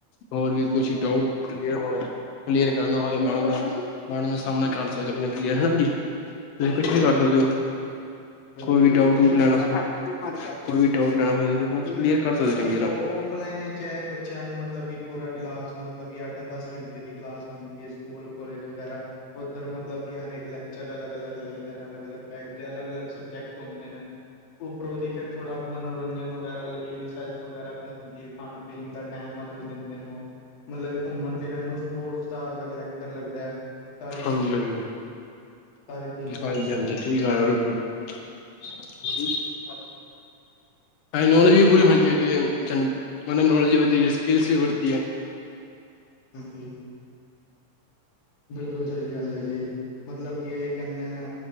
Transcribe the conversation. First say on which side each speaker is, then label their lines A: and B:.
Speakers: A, on the left; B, on the left.
A: ਹੋਰ ਵੀ ਕੁਛ
B: ਸਹੀ ਗੱਲ
A: ਡਾਊਟ
B: ਹੈ ਜੀ
A: ਕਲੀਅਰ ਕਰਨਾ ਹੋਵੇ ਮੈਡਮ ਦਾ ਸਾਹਮਣਾ ਕਰ ਸਕਦੇ ਆਪਣੇ ਕਲੀਅਰ ਜੀ। ਤੁਸੀਂ
B: ਬਿਲਕੁਲ
A: ਕੁਛ ਵੀ ਕਰ
B: ਸਹੀ
A: ਸਕਦੇ
B: ਗੱਲ
A: ਹੋ
B: ਹੈ ਜੀ ਬਿਲਕੁਲ
A: ਕੋਈ ਵੀ
B: ਸਹੀ
A: ਡਾਊਟ
B: ਗੱਲ
A: ਲੈਣਾ ਹੋਵੇ। ਕੋਈ ਵੀ ਡਾਊਟ ਲੈਣਾ ਹੋਏ ਤੁਸੀਂ ਆਪਣਾ ਕਲੀਅਰ ਕਰ ਸਕਦੇ
B: ਬਾਕੀ
A: ਹੋ ਚੰਗੀ ਤਰ੍ਹਾਂ।
B: ਉਹ ਔਫਲਾਈਨ ਚਾਹੇ ਬੱਚਿਆਂ ਨੂੰ ਮਤਲਬ ਕਿ ਪੂਰਾ ਕਲਾਸ ਮਤਲਬ ਕਿ ਅੱਠ- ਦਸ ਘੰਟੇ ਦੀ ਕਲਾਸ ਹੁੰਦੀ ਹੈ ਸਕੂਲ, ਕੋਲਜ ਵਗੈਰਾ। ਉੱਧਰ ਮਤਲਬ ਹ ਲੈਕਚਰ ਅਲੱਗ -ਅਲੱਗ ਲੱਗਦੇ। ਅਲੱਗ -ਅਲੱਗ ਟਾਈ ਦੇ ਅਲੱਗ ਅਲੱ ਸਬਜੈਕਟ ਹੁੰਦੇ ਨੇ। ਉੱਪਰੋਂ ਦੀ ਫੇਿਰ ਥੋੜਾ ਮਨੋਰੰਜਨ ਵਗੈਰਾ ਲਈ। ਵਗਰਾ ਵੀ ਹੁੰਦੀ ਹੈ ਖਾਣ- ਪੀਣ ਦਾ ਟਮ ਅਲੱਗ ਦਿੰਦੇ ਉਹ। ਮਤਲਬ ਘੁੰਮਣ- ਫਿਰਨ ਨੂੰ ਸਪੋਰਟਸ ਦਾ ਅਲੱਗ ਲੈਕਚਰ ਲੱਗਦਾ ਹੈ। ਸਾਰੀ
A: ਹਾਂਜੀ
B: ਚੀਜ਼ਾਂ,
A: ਹਾਂਜੀ।
B: ਸਾਰੀ ਚੀਜ਼ਾਂ
A: ਹਾਂਜੀ
B: ਅੱਛਾ
A: ਹਾਂਜੀ
B: ਲੱਗਦਾ।
A: ਠੀਕ ਆ <inaudible>
B: ਹੈਲੋ।
A: ਨੌਲੇਜ ਵੀ ਪੂਰੀ
B: ਹਾਂ।
A: ਹੋਣੀ ਚਾਹੀਦੀ ਹੈ ਸਾਨੂੰ ਉਹ ਨੌਲੇਜ ਵੀ ਵਧਦੀ ਸਕਿਲ ਵਧਦੀ ਹੈ।
B: ਹਾਂਜੀ। ਬਿਲਕੁਲ ਸਹੀ ਗੱਲ ਹੈ ਜੀ ਮਤਲਬ ਕੀ ਇਹੀ ਕਹਿੰਦੇ ਨੇ